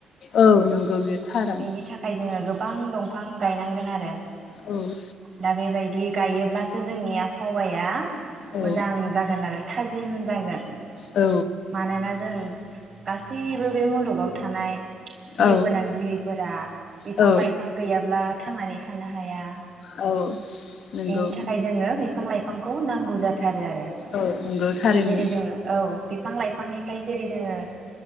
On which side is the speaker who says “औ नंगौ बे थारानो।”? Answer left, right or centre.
Left